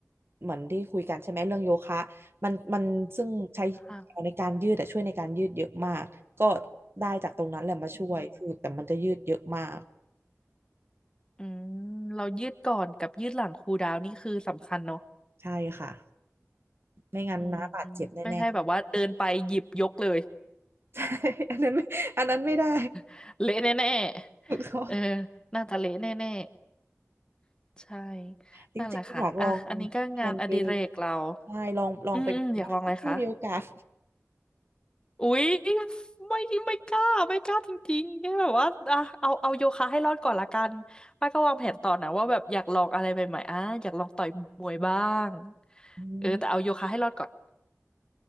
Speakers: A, on the right (about 50°); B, on the left (about 15°).
A: เหมือนที่คุยกันใช่ไหมเรื่องโยคะมันมันซึ่งใช้
B: ค่ะ
A: ในการยืดแต่ช่วยในการยืดเยอะมากก็ได้จากตรงนั้นแหละมาช่วยคือแต่มันจะยืดเยอะมาก
B: อืมเรายืดก่อนกับยืดหลังคูลดาวน์นี่คือสำคัญเนาะ
A: ใช่ค่ะไม่งั้นน้าบาดเจ็บแน่
B: อืมไม่ใช่แบบว่าเดินไปหยิบยกเลย
A: <laughs> อันนั้นไม่อันนั้นไม่ได้
B: <laughs> เละแน่ๆเออ
A: ถูกต้อง
B: น่าจะเละแน่ๆใช่
A: จริงๆอยากลอง
B: นั่นแหละค่ะอ่ะอันนี้ก็งานอดิเรกเรา
A: ชวนไปใช่ลองลองไปดูนะคะถ้ามีโอกาส
B: อืมอืมอยากลองอะไรคะ อุ๊ยไม่ไม่กล้าไม่กล้าจริงๆแค่แบบว่าอ่ะเอาเอาโยคะให้รอดก่อนละกันป้าก็วางแผนต่อนะว่าแบบอยากลองอะไรใหม่ๆอ่ะอยากลองต่อยมวยบ้าง
A: <laughs> อืม
B: เออแต่เอาโยคะให้รอดก่อน